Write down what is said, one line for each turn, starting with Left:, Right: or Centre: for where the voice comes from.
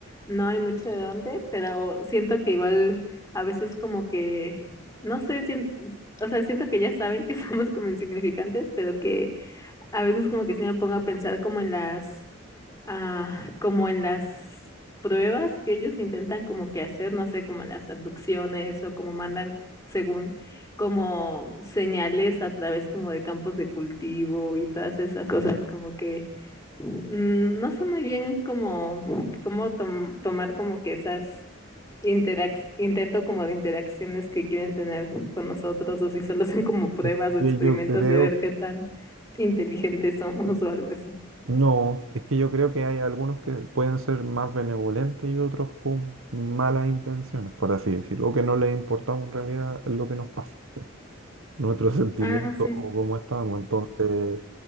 Left: no hay mucho de dónde, pero siento que igual a veces como que, no sé, sien- o sea, siento que ya saben que <laughs> somos como insignificantes, pero que a veces como que se me pongo a pensar como en las, ah, como en las pruebas que ellos intentan como que hacer, no sé, como las abducciones o como mandan según como señales a través como de campos de cultivo y todas esas cosas, como que Mm, No sé muy bien cómo, cómo tom- tomar como que esas interac intento como de interacciones que quieren tener con nosotros o si solo son como pruebas
Right: Es
Left: o
Right: que
Left: experimentos
Right: yo creo,
Left: de ver qué tan inteligentes somos o algo así.
Right: no, es que yo creo que hay algunos que pueden ser más benevolentes y otros con malas intenciones, por así decirlo, o que no les importamos en realidad lo que nos pase, nuestros sentimientos
Left: Ah, sí.
Right: <laughs> o cómo estamos. Entonces,